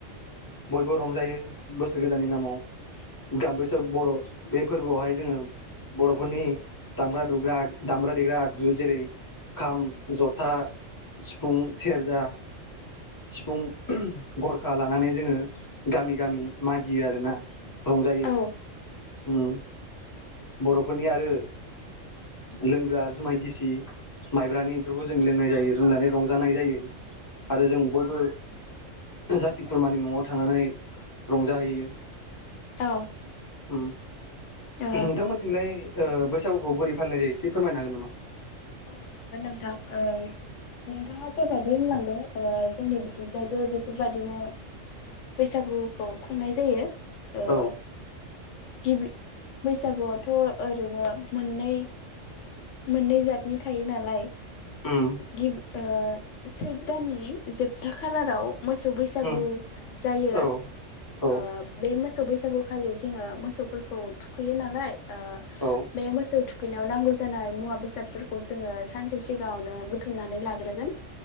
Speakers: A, on the left; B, on the left.
A: बयबो रंजायो बोसोर गोदाननि नामाव गाम बैसागु बर' बे फोरबोआवहाय जोङो बर'फोरनि दामग्रा दुग्रा दामग्रा देग्रा आगजु जेरै- खाम, ज'था सिफुं, सेरजा, सिफुं, गरखा लानानै जोङो गामि गामि मागियो आरोना रंजायो
B: औ
A: उम बर'फोरनि आरो लोंग्रा जुमाय गिसि माइब्रानि बेफोरखौ जों लोंनाय जायो रोंनानै रंजानाय जायो। आरो जों बयबो जाथि खुरमानि न'आव थांनानै रंजाहैयो
B: औ
A: उम
B: औ
A: नोंथांमोनथिंलाय ओ बैसागुखौ बोरै फालिनाय जायो एसे फोरमायनो हागोन नामा?
B: औ हागोन नोंथां। ओम नोंथाङा जा बायदि होनलांदों ओ जोंनि बिथिंजायबो बेफोरबादिनो बैसागुखौ खुंनाय जायो। ओ
A: औ
B: गिबि बैसागुआवथ' ओरैनो मोननै मोननै जातनि थायो नालाय
A: उम
B: गिब ओ सैद दाननि जोबथा खालाराव मोसौ बैसागु
A: उम
B: जायो
A: औ औ
B: ओब बे मो मोसौ बैसागुखालि जोङो मोसौफोरखौ थुखैयो नालाय ओ
A: औ
B: बे मोसौ थुख बिनियाव नांगौ जानाय मुवा बेसादफोरखौ जोङो सानसे सिगाङावनो बुथुमनानै लाग्रोगोन।